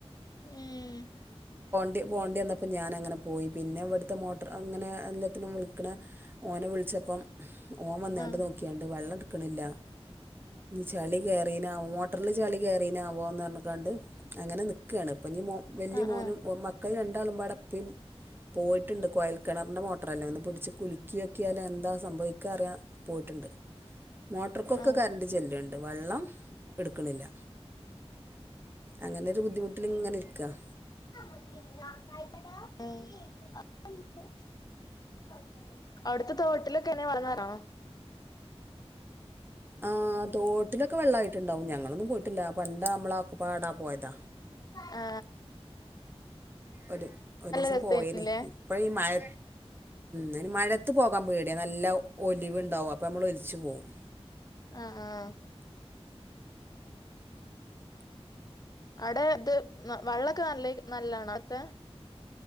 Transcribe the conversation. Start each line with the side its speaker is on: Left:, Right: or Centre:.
Left: ഏഹ്
Right: പോണ്ടി വന്നപ്പോ ഞാനങ്ങനെ പോയി പിന്നെ ഇവിടുത്തെ മോട്ടറ് അങ്ങനെ എല്ലാത്തിനും വിളിക്കണ ഓനെ വിളിച്ചപ്പം ഓൻ വന്നാണ്ട്
Left: ആഹ്
Right: നോക്കിയാണ്ട് വെള്ളം ഇട്ക്ക്ണില്ലാന ചളി കേറിനോ ആവോ മോട്ടറില് ചളി കേറിനോനാവോ ന്ന് പറഞ്ഞ്കാണ്ട് അങ്ങനെ നിക്കാണ് ഇപ്പൊ ഇഞ്ഞി വല്ല്യമോനും
Left: ആഹ് ആഹ്
Right: ഒ <unintelligible> മക്കൾ രണ്ടാളുമ്പാട ഇപ്പേം പോയിട്ടുണ്ട് കൊയൽകെണറിൻ്റെ മോട്ടറല്ലേ ഒന്ന് പിടിച്ച് കുലിക്യോക്കിയാല് എന്താ സംഭവിക്കാറിയാൻ പോയിട്ടുണ്ട് മോട്ടർക്കൊക്കെ
Left: ആഹ്
Right: കറണ്ട്റ് ചെല്ല്ണ്ട് വെള്ളം ഇട്ക്ക്ണില്ല അങ്ങനെ ഒരു ബുദ്ധിമുട്ടിലിങ്ങനെ ക്കാണ്
Left: <inaudible> അടുത്ത തോട്ടില് ക്കെന്നെ വള്ള <unintelligible>
Right: ആ തോ ട്ടിലൊക്കെ വെള്ളായിട്ട്ണ്ടാവും ഞങ്ങളൊന്നും പോയിട്ടില്ല വന്ന് ആ അമ്മളക്കൊപാടാ പോയത
Left: ആ
Right: ഒരു ഒരീസം
Left: രസായിരുന്നില്ലേ
Right: പോയേന് ഇപ്പ ഈ മഴ മ് മഴത്ത് പോകാൻ പേടിയ നല്ല ഒലിവുണ്ടാവും അപ്പൊ നമ്മള് ഒലിച്ചു പോവും
Left: ആഹ് ആഹ് അടെ ഇത് വെള്ളൊക്കെ നല്ല നല്ലണോ ആത്ത